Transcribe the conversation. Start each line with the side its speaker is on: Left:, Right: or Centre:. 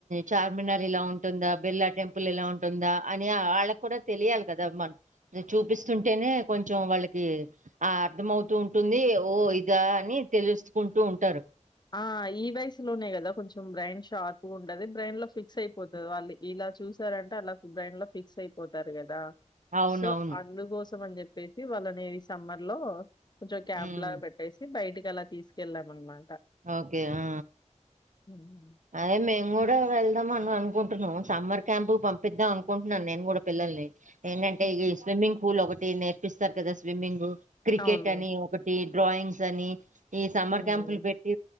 Right: చార్మినార్ ఇలా ఉంటుంద బెల్లా టెంపుల్ ఎలా ఉంటుందా అని వాళ్ళకి కూడా తెలియాలి కదా మన్ చూపిస్తుంటేనే కొంచెం వాళ్ళకి ఆ అర్థమవుతూ ఉం టుంది ఓ ఇదా అని తెలుసుకుంటూ ఉంటారు
Left: ఆ ఈ వయసు లోనే గదా కొంచెం బ్రెయిన్ షార్పు గా ఉంటది బ్రెయిన్ లో ఫిక్స్ అయిపోతది వాళ్ళి ఇలా లా చూసారంటే అలా బ్రైన్ లో ఫిక్స్ అయిపోతారు గదా
Right: అవునవును
Left: సో అందుకోసమని జెప్పేసి వాళ్ళని ఈ సమ్మర్ లో కొంచెం క్యాంప్
Right: ఉమ్,
Left: లాగా పెట్టేసి బయటికి అలా తీసుకెళ్ళాం అనమాట
Right: ఓకే ఆ
Left: హుహు.
Right: అదే మేమ్ గుడ్ డా వెళ్దాం అని అనుకుంటున్నాం సమ్మర్ క్యాంప్ పంపిద్దాం అనుకుంటున్నాను నేను గుడా పిల్లల్ని ఏంటంటే
Left: హుహు.
Right: ఇగొ ఈ స్విమ్మింగ్ పూల్ ఒకటి నేర్పిస్తార్ కదా స్విమ్మింగు క్రికెట్
Left: అవును.
Right: అని ఒకటి డ్రాయింగ్స్ అని ఈ సమ్మర్
Left: హ్మ్.
Right: క్యాంప్లు పెట్టి